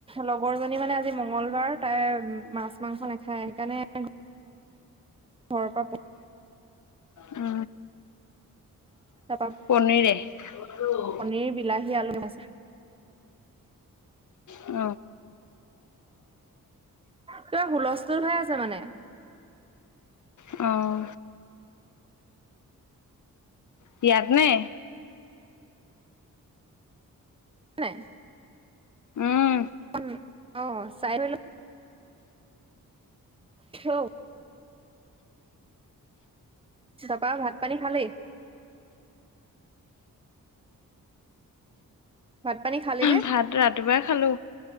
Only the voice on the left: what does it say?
উ
পনৰে উ
উ
অঁ বিয়াত নে
উম
ভাত ৰাতিপুৱাই খালো